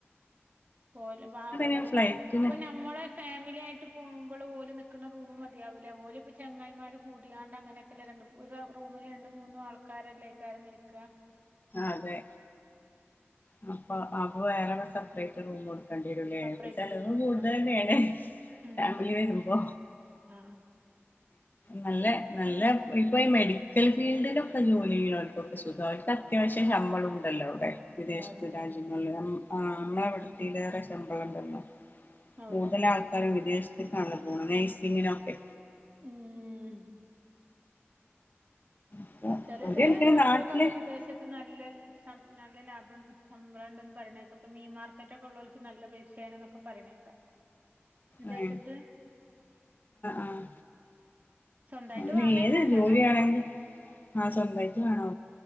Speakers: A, on the right; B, on the left.
A: ഓല് ഓലക
B: ഞാൻ ഫ്ലൈറ്റിന്
A: ഇപ്പൊ നമ്മള ഫാമിലി ആയിട്ട് പോകുമ്പോൾ പോലും നിക്കുന്ന റൂമ് മതിയാവൂല പോലും ചെങ്ങായിമാര് കൂടിയാണ്ട് അങ്ങനെയൊക്കെല്ല രണ്ട് ഒരു റൂമില് രണ്ട് മൂന്നും ആൾക്കാരല്ലേ ആരെ നിൽക്ക
B: അതെ ആ അപ്പോ അവ വേറെ <unintelligible> സപറേറ്റ് റുമ് കണ്ടിരലേ
A: സെപ്പറേറ്റ്
B: ഇപ്പൊ ചിലത്
A: റൂം എടുക്കണം
B: കൂടുതലന്നാണ്
A: ഉം
B: ഫാമിലി വരുമ്പോ
A: ആഹ്
B: നല്ല
A: അങ്ങനെയൊക്കെ
B: നല്ല ഇപ്പൊ മെഡി മെഡിക്കൽ ഫീൽഡിലൊക്കെ ജോലി ചെയ്യുന്നവർക്കൊക്കെ സുഖമായി അവർക്ക് അത്യാവശ്യം ശമ്പളം ഉണ്ടല്ലോ അവിടെ വിദേശത്ത്
A: ഉണ്ടാവണല്ലേ
B: രാജ്യങ്ങളിൽ നമ്മള
A: ഉം
B: അവിടെ റെ ശമ്പളംണ്ടല്ലോ
A: അവിടെ
B: കൂടുതലും ആൾക്കാരും വിദേശ കാണ ഗുൾ നയ്സ് ഇങ്ങനൊക്കെ
A: ഉം
B: അപ്പൊ
A: ചില
B: ഓര്
A: ചില
B: കളിക്കണ
A: ജോലികൾക്കൊക്കെ
B: നാട്ടില്
A: വിദേശത്ത് നല്ല നല്ല ലാഭം സംഭം ഉണ്ടന്ന് പറയണേക്കാം ഇപ്പം ഈ മാർക്കറ്റ ഒക്കെ ഉള്ളവർക്ക് നല്ല പൈസ ആണന്ന്ക്കെ പറയണേക്കാം വിദേശത്ത്
B: ആഹ് ആഹ്
A: സ്വന്തായിട്ട്
B: ഒന്ന്
A: വാണേക്കാരം
B: ഏത് ജോലിയാണെങ്കിൽ
A: കട
B: ആ സ്വന്തമായിട്ട് അ വേണോ